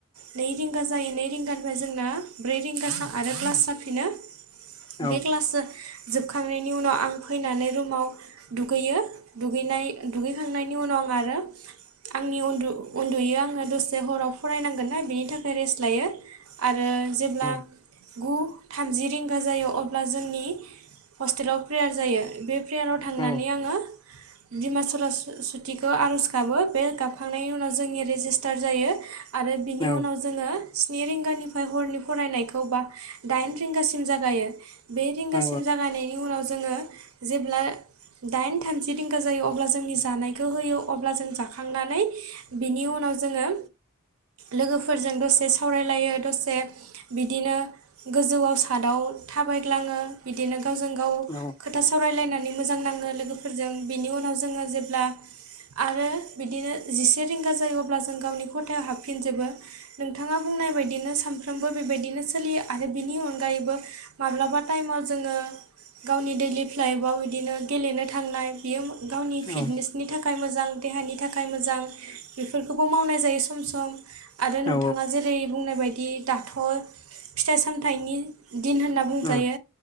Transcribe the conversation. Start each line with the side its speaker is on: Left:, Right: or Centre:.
Right: नै रिंगा जायो, नै रिंगानिफ्राय जोंना ब्रै रिंगासाम आरो क्लास जाफिनो
Left: औ
Right: बे क्लास जोबखांनायनि उनाव आं फैनानै रुमाव दुगैयो दुगैनाय दुगैखांनायनि उनाव आं आरो आंनि उन्दु उन्दुयो आङो दसे हराव फरायनांगोन ना बेनि थाखाय रेस्ट लायो। आरो जेब्ला
Left: उम
Right: गु थामजि रिंगा जायो अब्ला जोंनि हस्टेलाव प्रेयार जायो बे प्रेयाराव थांनानै
Left: औ
Right: आङो बिमा सरासुतिखौ आर'ज गाबो। बे गाबखांनायनि उनाव जोंनि रेजिस्टार जायो आरो बिनि
Left: औ
Right: उनाव जोङो स्नि रिंगानिफ्राय हरनि फरायनायखौ बा दाइन रिंगासिम जागायो। बे रिंगासिम
Left: औ
Right: जागायनायनि उनाव जोङो जेब्ला दाइन थामजि रिंगा जायो अब्ला जोंनि जानायखौ होयो अब्ला जों जाखांनानै बिनि उनाव जोङो लोगोफोरजों दसे सावरायलायो। दसे बिदिनो गोजौआव सादआव थाबायग्लाङो बिदिनो गावजों गाव
Left: औ।
Right: खोथा सावरायलायनानै मोजां नाङो लोगोफोरजों। बिनि उनाव जोङो जेब्ला आरो बिदिनो जिसे रिंगा जायो अब्ला जों गावनि खथायाव हाबफिनजोबो। नोंथाङा बुं नाय बायदिनो सानफ्रामबो बेबायदिनो सोलियो आरो बिनि अनगायैबो माब्लाबा टाइमाव जोङो गावनि दैलि लाइफआव बिदिनो गेलेनो थांनाय बियो गावनि फिटनेसनि
Left: औ
Right: थाखाय मोजां देहानि थाखाय मोजां। बे फोरखौबो मावनाय जायो सम सम आरो
Left: औ
Right: नोंथाङा जेरै बुंनाय बादि दाथ' फिथाइ सामथाइनि दिन होनना बुंजायो
Left: उम